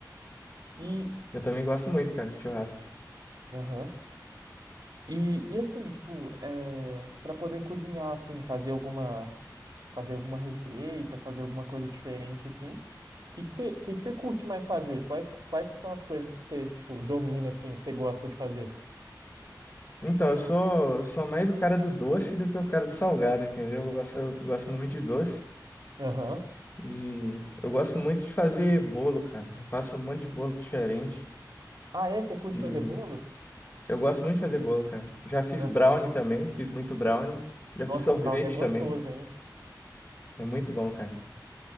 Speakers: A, on the right (about 70°); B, on the left (about 35°).
A: E
B: eu também gosto muito, cara, de churrasco.
A: Aham. E, e assim, tipo, é, para poder cozinhar, assim, fazer alguma, fazer alguma receita, fazer alguma coisa diferente assim. O que que você, que que você curte mais fazer? Quais, quais que são as coisas que você, tipo, domina assim, que você gosta de fazer?
B: Então, eu sou, sou mais o cara do doce do que o cara do salgado, entendeu? Eu gosto, eu gosto muito de doce.
A: Aham.
B: E eu gosto muito de fazer bolo, cara. Eu faço um monte de bolo diferente.
A: Ah, é? Você curte
B: E
A: fazer bolo?
B: eu gosto muito de fazer bolo, cara. Já fiz
A: Aham.
B: brownie também, fiz muito brownie. Já
A: Nossa,
B: fiz sorvete
A: brownie é gostoso,
B: também.
A: hein?
B: É muito bom, cara.